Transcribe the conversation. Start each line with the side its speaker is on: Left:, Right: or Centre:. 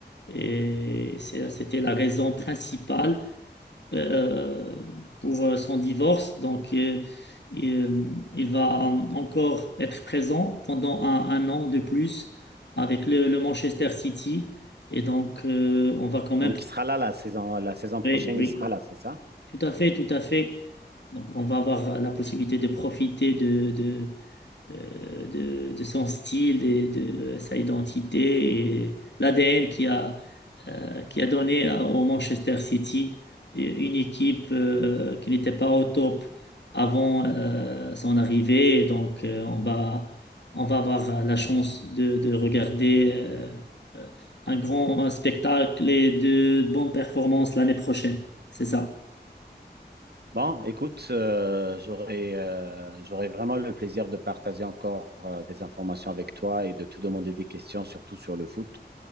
Left: et c'est- c'était la raison principale euh, pour euh, son divorce. Donc, euh, il, euh, il va euh, encore être présent pendant un, un an de plus avec le, le Manchester City. Et donc, euh, on va quand même...
Right: Donc, il sera là la saison, la saison prochaine,
Left: Oui, oui,
Right: il sera là, c'est ça?
Left: tout à fait, tout à fait. Donc, on va avoir la possibilité de profiter de, de, euh, de, de son style et de sa identité et l'ADN qui a, euh, qui a donné à- au Manchester City euh, une équipe euh, qui n'était pas au top avant euh, son arrivée. Donc, euh, on va, on va avoir la chance de, de regarder euh, un grand spectacle et de bonnes performances l'année prochaine. C'est ça.
Right: Bon, écoute, euh, j'aurais euh, j'aurais vraiment le plaisir de partager encore euh, des informations avec toi et de te demander des questions, surtout sur le foot.